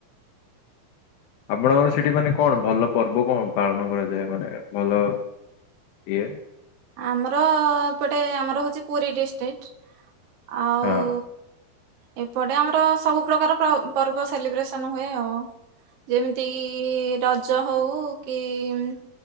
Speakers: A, on the left (about 75°); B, on the right (about 50°).
A: ଆପଣଙ୍କର ସେଠି ମାନେ କଣ ଭଲ ପର୍ବ କଣ ପାଳନ କରାଯାଏ ମାନେ ଭଲ ଇଏ?
B: ଆମର-ଅ ଏପଟେ ଆମର ହୋଉଚି ପୁରୀ ଡିଷ୍ଟିକ୍ଟ, ଆଉ
A: ହଁ
B: ଏପଟେ ଆମର ସବୁ ପ୍ରକାର ପ୍ର ପର୍ବ ସେଲିବ୍ରେସନ ହୁଏ ଆଉ। ଯେମିତିକି-ଇ ରଜ ହୋଉ କି-ଇ-ମ୍